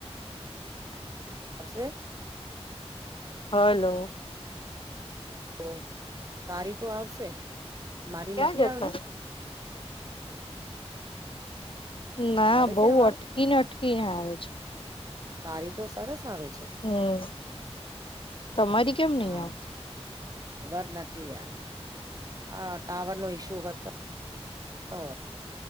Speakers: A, on the right; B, on the left.
A: હશે
B: હલો
A: ઓ તારી તો આવશે મારી
B: ક્યાં
A: નથી
B: જતા
A: આવતી
B: ના
A: આવે
B: બહુ
A: છે અવાજ
B: અટકીને અટકીને આવે છે
A: તારી તો સરસ આવે છે
B: હમ તમારી કેમ નહી
A: હા
B: આવતી
A: ખબર નથી યાર હ ટાવર નો ઈશ્યુ હતો